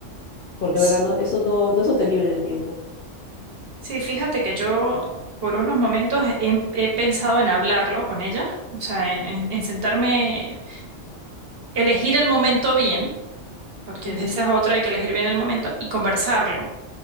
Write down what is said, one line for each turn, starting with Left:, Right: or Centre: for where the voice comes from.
Left: Porque,
Right: S-
Left: ¿verdad? No, eso no, no es sostenible en el tiempo.
Right: Sí, fíjate que yo por unos momentos he, he pensado en hablarlo con ella, o sea, en en- en sentarme, elegir el momento bien porque
Left: Ujú.
Right: esa es otra, hay que elegir bien el momento y conversarlo.